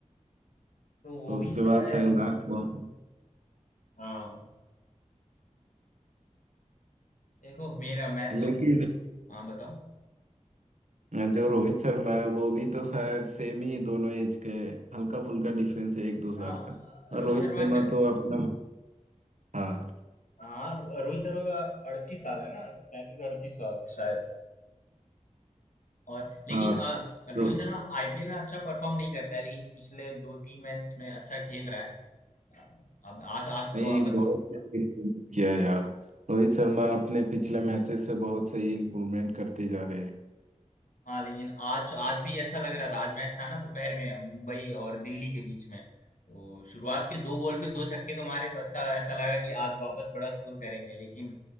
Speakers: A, on the left; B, on the right.
A: तो वो
B: तो उसके
A: भी शायद
B: बाद शायद लास्ट पहुंच
A: हाँ देखो मेरा मैं
B: लेकिन
A: तो मुम हाँ बताओ
B: जो रोहित शर्मा है वो भी तो शायद सेम ही दोनों एज के हैं। हल्का फुल्का डिफरेंस है एक दो साल
A: हाँ
B: का और
A: रोहित
B: रोहित
A: शर्मा
B: शर्मा
A: शायद
B: तो अपना हाँ
A: हाँ रो- रोहित शर्मा का अड़तीस साल है ना सैंतीस अड़तीस साल शायद और लेकिन
B: हाँ
A: अ,
B: तो
A: रोहित शर्मा आईपीएल में अच्छा परफॉर्म नहीं करता है लेकिन पिछले दो तीन मैच में अच्छा खेल रहा है अ, अब आज आज
B: नहीं
A: तो वापस
B: बहुत improve किया है यार रोहित शर्मा अपने पिछले मैचेस से बहुत सही इम्प्रूवमेंट करते जा रहे हैं
A: हाँ लेकिन आज आज भी ऐसा लग रहा था आज मैच था ना दोपहर में मुंबई और दिल्ली के बीच में तो शुरुआत के दो बॉल पे दो छक्के तो मारे तो अच्छा ऐसा लगा कि आज वापस बड़ा स्कोर करेंगे लेकिन